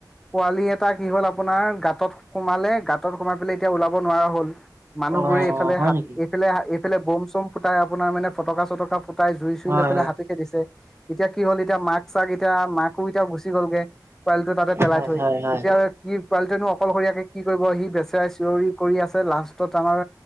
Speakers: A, in the centre; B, on the right.
A: পোৱালিএ এটা কি হ'ল আপোনাৰ গাঁতত সোমালে গাঁতত সোমাই পেলাই এতিয়া ওলাব নোৱাৰা হ'ল। মানুহবোৰে
B: অ
A: এইফালে
B: হয়
A: হাত
B: নেকি
A: এইফালে, এইফালে বম চম ফুটাই আপোনাৰ মানে ফটকা চটকা ফুটাই জুই চুই
B: হয়
A: লৈ পেলাই হাতি খেদিছে। এতিয়া কি হ'ল এতিয়া মাক চাক এতিয়া মাকো এতিয়া গুচি গ'লগে পোৱালিটো তাতে পেলাই
B: হয়
A: থৈ
B: হয় হয় হয়
A: এতিয়া কি পোৱালিনো অকলশৰীয়াকে কি কৰিব সি বেচৰাই চিঞৰি কৰি আছে লাষ্টত আমাৰ